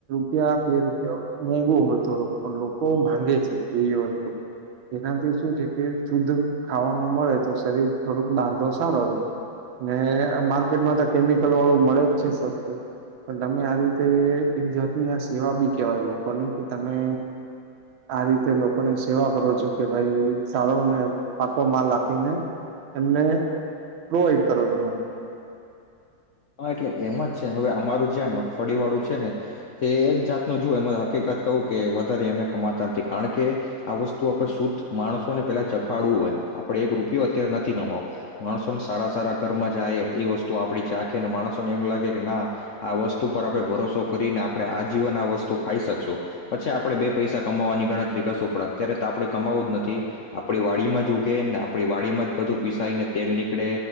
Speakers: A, on the right; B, on the left.
A: રુપિયા બે રૂપિયો મોંઘો હોય થોડોક, પણ લોકો માંગે છે એવી વસ્તુ. જેનાથી શું છે, કે શુદ્ધ ખાવાનું મળે, તો શરીર થોડુંક બાંધો સારો રહેે. ને માર્કેટમાં તો કેમિકલ વાળું મળે જ છે સસ્તું. પણ તમે આ રીતે એક જા તની આ સેવા બી કેવાય લોકોની, કે તમે આ રીતે લોકોની સેવા કરો છો કે ભાઈ સાળો અને પાકો માલ આપીને, એમને પ્રોવાઈડ કરો છો એમ.
B: હા એટલે એમ જ છે. હવે અમારું જ્યાં મગફળી વાળું છે ને, તે એક જાતનું જો એ હકીકત કહું કે વધારે એમે કમાતા નથી, કારણ કે આ વસ્તુ આપણે શુદ્ધ માણસોને પેલા ચખાડવું હોય, આપડે એક રૂપિયો અત્યારે નથી કમાવો. માણસોને સારા સારા ઘરમાં જાય એ વસ્તુ તુ આપણી ચાખે અને માણસોને એમ લાગે કે ના આ વસ્તુ પર આપણે ભરોસો કરીને આપણે આજીવન આ વસ્તુ ખાઈ શકશું. પછી આપણે બે પૈસા કમાવવાની ગણતરી કરશું, પણ અત્યારે તો આપણે કમાવું જ નથી. આપણી વાડીમાં જ ઉગે ને આપણી વાડીમાં જ બધું પીસાઈને તેલ નીકળે,